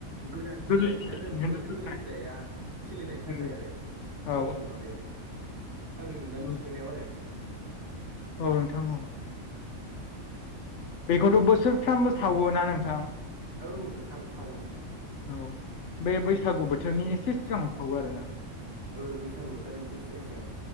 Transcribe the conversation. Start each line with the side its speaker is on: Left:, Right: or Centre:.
Right: गोदान
Left: गोरलै
Right: बिलाइ
Left: खिलिफिनहोनो
Right: मा होनो
Left: थाखाय
Right: गोरलै बिलाइआ खिलिनायनि
Left: होयो।
Right: थाखाय आरो
Left: औ
Right: आंनि माबायाव आंनि मोनदांथि
Left: औ
Right: नुनायाव आरो
Left: औ नोंथां औ
Right: <inaudible>
Left: बेखौथ' बोसोरफ्रामबो सावोना नोंथां
Right: औ नोंथां सावो
Left: औ बे बैसागु बोथोरनि एसे सिगांङाव सावो आरो ना
Right: ओ बैसागु बोथोरनि एसे सिगां सिगां